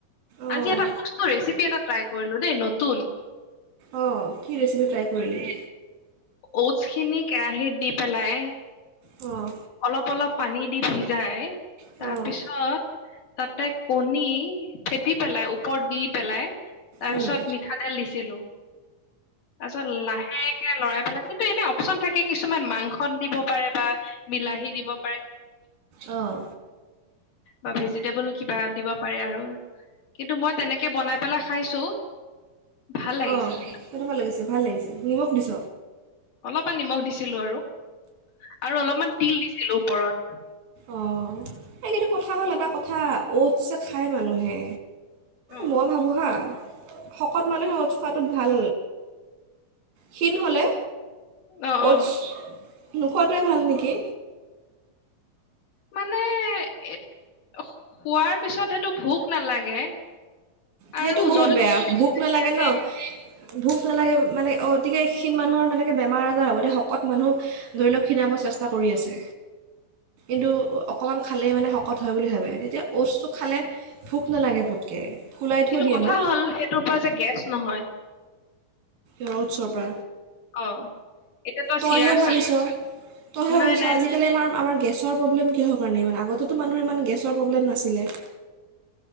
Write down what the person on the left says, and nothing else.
আজি এটা বস্তু ৰেচিপি এটা ট্ৰাই কৰিলো দেই নতুন
ৱছ খিনি কেৰাহীত দি পেলাই
অলপ অলপ পানী দি ভিজাই
তাৰপিছত তাতে কণী ফেটি পেলাই ওপৰত দি পেলাই তাৰ
পিছত মিঠাতেল দিছিলো তাৰ পিছত লাহেকে লৰাই পেলাই কিন্তু এনে অপশন থাকে কিছুমান মাংস দিব পাৰে বা। বিলাহী দিব পাৰে
বা ভেজিটেবল কিবা দিব পাৰে আৰু কিন্তু মই তেনেকে বনাই পেলাই খাইছো ভাল লাগিছে
কিন্তু
অকমান নিমখ দিছিলো আৰু আৰু অলপমান তিল দিছিলো ওপৰত
অ
অ
অ
মানে এট, খোৱাৰ পিছত সেইটো ভোক নালাগে আৰু
জল্দি
জল্দি
হয়
কাৰণে
কিন্তু
কথা
হ'ল, সেইটোৰ পৰা যে গেছ নহয়।
অ এতিয়া তই
চিৰা খাল
নাই নাই